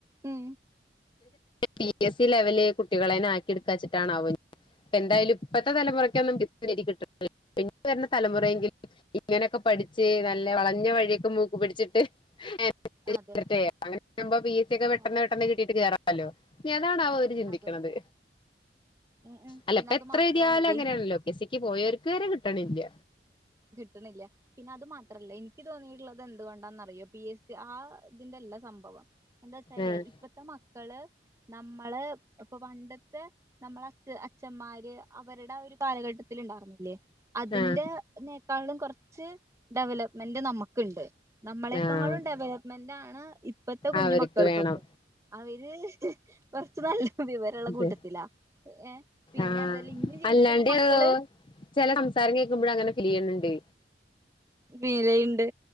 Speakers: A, on the right; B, on the left.
A: ഉം
B: പി എസ് സി ലെവല് കുട്ടികളെനെ ആക്കി എടുക്കാച്ചിട്ടാണാവൊ ഇ എന്തായാലും ഇപ്പത്തെ തലമുറക്ക് ഒന്നും <unintelligible> ഇനി വരുന്ന തലമുറെങ്കി ഇങ്ങനെയൊക്കെ പഠിച്ച് നല്ല വളഞ്ഞ വഴിയൊക്കെ മൂക്ക് പിടിച്ചിട്ട് <inaudible>
A: അതെ
B: അങ്ങനെയാവുമ്പോ പി എസ് സി ഒക്കെ പെട്ടെന്ന്
A: ആഹ്
B: പെട്ടെന്ന് കിട്ടീട്ട് കേറാല്ലോ ഏതാണാവോ ഞ്ഞ് ചിന്തിക്ക്ണത്
A: അതെ ഉം ഉം
B: അല്ല
A: പിന്നെ
B: ഇപ്പൊ
A: അത്
B: എത്ര
A: മാത്രല്ലടി
B: എഴുതിയാലും അങ്ങനെയാണല്ലോ പി എസ് സിക്ക് പോയോർക്ക് വരെ കിട്ടണില്ല
A: കിട്ട്ണില്ല പിന്നെ അത് മാത്രല്ല ഇൻക്ക് തോന്നിയിട്ടുള്ളത് എന്തുകൊണ്ടാന്നറിയോ പി എസ് സി ആ ഇതിന്റെല്ല സംഭവം എന്താച്ചാലേ
B: ആഹ്
A: ഇപ്പത്തെ മ ക്കള് നമ്മള് ഇപ്പൊ പണ്ടത്തെ നമ്മളെ അച് അച്ഛന്മാര് അവരുടെ ആ ഒരു കാലഘട്ടത്തിൽ ഇണ്ടായിര്ന്നില്ലേ അതിന്റെ
B: ആഹ്
A: അതിനേക്കാളും കൊറച്ച് ഡെവലപ്മെന്റ് നമ്മക്ക്ണ്ട് നമ്മളെക്കാളും
B: ആഹ്
A: ഡെവലപ്മെന്റാണ് ഇപ്പത്തെ കുഞ്ഞു
B: അവർക്ക്
A: മക്കൾക്കൊക്കെ
B: വേണം
A: അവര് കൊറച്ച് നല്ല വിവരള്ള
B: അത്
A: കൂട്ടത്തിലാ ഏഹ് പിന്നെ
B: ആഹ്
A: അതല്ല ഇഞ്ഞ് ജനിക്ക്ണ
B: അല്ലാണ്ട്
A: മക്കള്
B: ചെല സംസാരം കേക്കുമ്പഴെ അങ്ങനെ ഫീലെയ്യുന്നുണ്ട്.
A: ഫീലെയ്യ്ണ്ട്